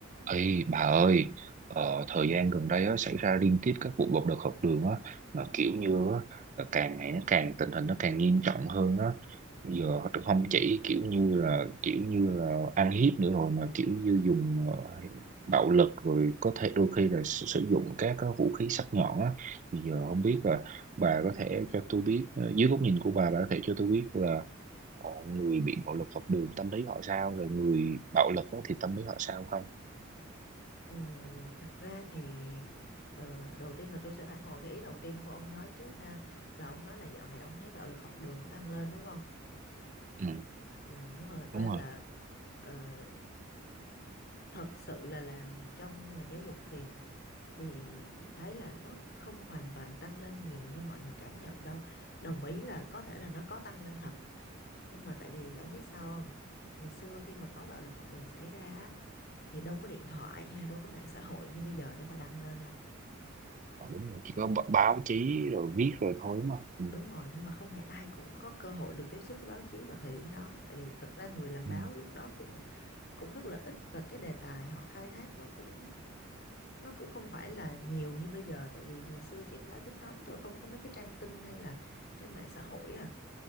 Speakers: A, on the right; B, on the left.
A: Ê, bà ơi, ờ, thời gian gần đây á, xảy ra liên tiếp các vụ bạo lực học đường á, mà kiểu như á, là càng ngày nó càng tình hình nó càng nghiêm trọng hơn á. Bây Giờ họ không chỉ kiểu như là kiểu như là ăn hiếp nữa rồi mà kiểu như dùng ờ, bạo lực rồi có thể đôi khi là sử, sử dụng các cái vũ khí sắc nhọn á. Thì giờ không biết là bà có thể cho tôi biết ờ, dưới góc nhìn của bà, bà có thể cho tôi biết là ờ, người bị bạo lực học đường tâm lý họ sao, rồi người bạo lực á, thì tâm lý họ sao không?
B: Ừ, thật ra thì ờ, đầu tiên là tôi sẽ phản hồi cái ý đầu tiên của ông nói trước ha là ông nói là dạo này ông thấy bạo lực học đường nó tăng lên đúng không?
A: Ừ.
B: Ừ, nhưng mà thật ra
A: đúng
B: là
A: rồi
B: ờ, thật sự là làm trong ngành giáo dục thì thì thấy là nó không hoàn toàn tăng lên nhiều như mọi người cảm nhận đâu. Đồng ý là có thể là nó có tăng lên thật nhưng mà tại vì ông biết sao không? Ngày xưa khi mà có bạo lực học đường xảy ra á, thì đâu có điện thoại hay là đâu có mạng xã hội như bây giờ để mà đăng lên đâu
A: ờ, đúng rồi chỉ có b- báo chí rồi viết rồi thôi đúng không ừ.
B: Đúng rồi, nhưng mà không phải ai cũng có cơ hội được tiếp xúc với báo chí vào thời điểm đó, tại vì thật ra người làm
A: Ừ.
B: báo lúc đó cũng cũng rất là ít và cái đề tài họ khai thác nó cũng nó cũng không phải là nhiều như bây giờ, tại vì ngày xưa chỉ có báo chính thống thôi, không có mấy cái trang tin hay là trang mạng xã hội à,